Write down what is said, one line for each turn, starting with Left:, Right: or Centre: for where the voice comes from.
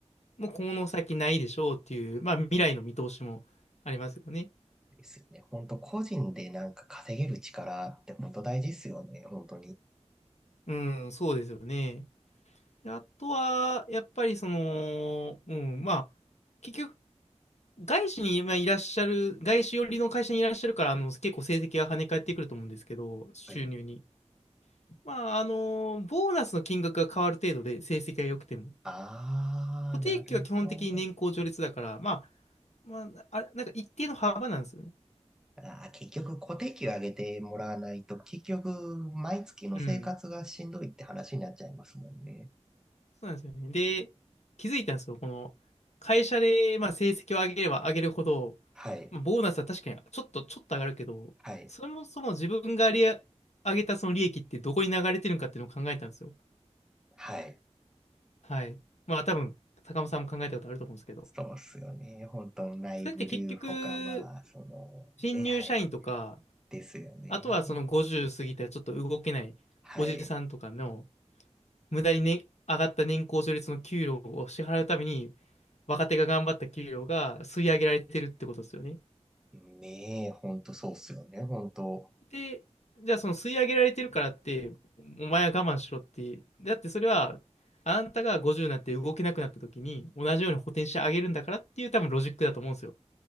Left: もうこの先ないでしょうっていう、まあ未来の見通しもありますよね。
Centre: ですよね。本当個人でなんか稼げる力って本当大事ですよね。本当に。
Left: うん、そうですよね。であとはやっぱりその、うん、まあ結局外資にまあいらっしゃる、外資寄りの会社にいらっしゃるからあの結構成績が跳ね返ってくると思うんですけど、収入に。
Centre: はい
Left: まああの、ボーナスの金額が変わる程度で成績が良くても。
Centre: ああ、
Left: 固定給は基本的に年功序列だから、
Centre: なるほど。
Left: まあ、まあ、あれ、なんか一定の幅なんですよね。
Centre: あー結局固定給上げてもらわないと、結局、毎月の生活がしんどいって話になっちゃいますもんね。
Left: うん。そうなんですよね。で、気づいたんですよ。この、会社で、まあ、成績を上げれば上げるほど、
Centre: はい、
Left: まあボーナスは確かにちょっと、ちょっと上がるけど、
Centre: はい、
Left: そもそも自分が利上げたその利益ってどこに流れてるのかっていうのを考えたんですよ。
Centre: はい。
Left: はい。まあ、多分、高間さんも考えたことあると思うんですけど。
Centre: そうっすよね。本当内部留保か、
Left: それって結局、
Centre: まあ、その、
Left: 新入社員とか、
Centre: ね、はい。ですよね。
Left: あとはその50過ぎたらちょっと動けないおじさんとかの、
Centre: はい。
Left: 無駄にね、上がった年功序列の給料を支払うために、若手が頑張った給料が吸い上げられてるってことですよね。
Centre: ねえ、本当そうっすよね。本当
Left: で、じゃあその吸い上げられてるからって、お前は我慢しろって、だってそれは、あんたが50になって動けなくなった時に、同じように補填してあげるんだからっていう多分ロジックだと思うんですよ。